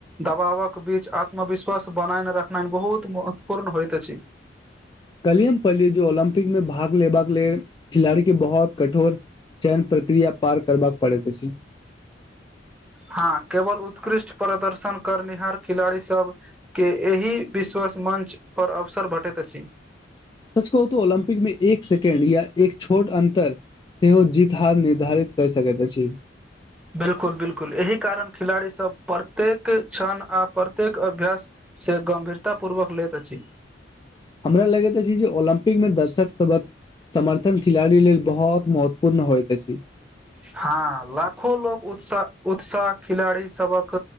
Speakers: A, in the centre; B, on the left.
A: दबावक बीच आत्मविश्वास बनायन रखना बहुत महत्वपूर्ण होइत अछि
B: कल्हि हम पल्लीयै जो ओलम्पिक मे भाग लेबाक लेल खिलाड़ी के बहुत कठोर चयन प्रक्रिया पार करबाक पड़ैत अछी
A: हँ केवल उत्कृष्ट प्रदर्शन करनिहार खिलाड़ी सब के एहि विश्वस मञ्च पर अवसर भेटैत अछि
B: सच कहू तऽ ओलम्पिक मे एक सेकंड या एक छोट अन्तर सेहो जीत हार निर्धारित कऽ सकैत अछि
A: बिलकुल बिलकुल एहि कारण खिलाड़ीसभ प्रत्येक क्षण आ प्रत्येक अभ्यास से गम्भीरता पूर्वक लैत अछि
B: हमरा लगैत अछि जे ओलम्पिक मे दर्शक सभक समर्थन खिलाड़ी लेल बहुत महत्वपूर्ण होइत अछि
A: हँ लाखो लोक उत्साह उत्साह खिलाड़ी सबक